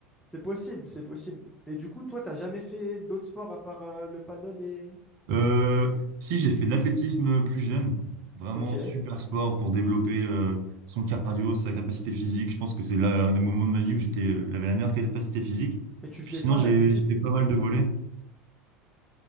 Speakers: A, in the centre; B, on the right.
A: C'est possible, c'est possible. Et du coup, toi, t'as jamais fait d'autres sports à part euh, le paddle et.
B: Euh, si, j'ai fait de l'athlétisme plus jeune. Vraiment
A: Ok. Mais
B: super sport pour développer euh, son cardio, sa capacité physique. Je pense que c'est là un des moments de ma vie où j'étais, euh, j'avais la meilleure capacité physique.
A: tu faisais
B: Puis sinon,
A: quoi en
B: j'ai
A: athlétisme?
B: j'ai fait pas mal de volets.